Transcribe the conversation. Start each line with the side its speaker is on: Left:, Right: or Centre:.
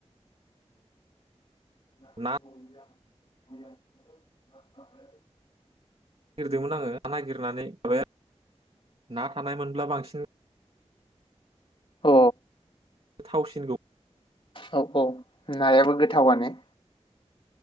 Left: <unintelligible>
Right: ना नागिरदोंमोन आङो नागिरनानै माबाया ना थानायमोनब्ला बांसिन
Left: औ।
Right: थावसिनगौ।
Left: औ औ नायाबो गोथावानो।